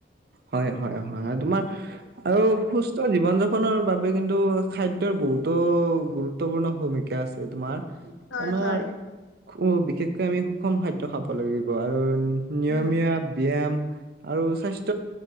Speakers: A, on the right; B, on the left.
A: হয় হয় হয় আৰু তোমাৰ আৰু সুস্থ জীৱন যাপনৰ বাবে কিন্তু এইটো খাদ্যৰ বহুতো গুৰুত্বপূৰ্ণ ভূমিকা আছে তোমাৰ
B: হয়
A: আমাৰ
B: হয়
A: উ বিশেষকৈ আমি সুষম খাদ্য খাব লাগিব আৰু নিয়মীয়া
B: উম
A: ব্যায়াম আৰু স্বাস্থ্য